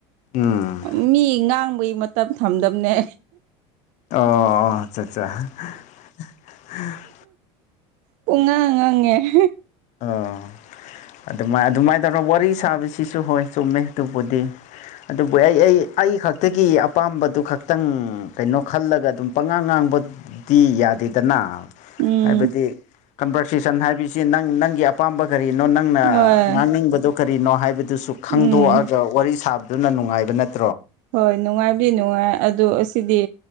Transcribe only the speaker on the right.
ꯃꯤ ꯉꯥꯡꯕꯒꯤ ꯃꯇꯝ ꯊꯝꯗꯝꯅꯦ
ꯄꯨꯡꯉꯥꯡ ꯉꯥꯡꯉꯦ <inaudible>
ꯎꯝ
ꯍꯣꯏ
ꯎꯝ
ꯍꯣꯏ ꯅꯨꯡꯉꯥꯏꯕꯗꯤ ꯅꯨꯡꯉꯥꯏ ꯑꯗꯨ ꯎꯁ ꯁꯤꯗꯤ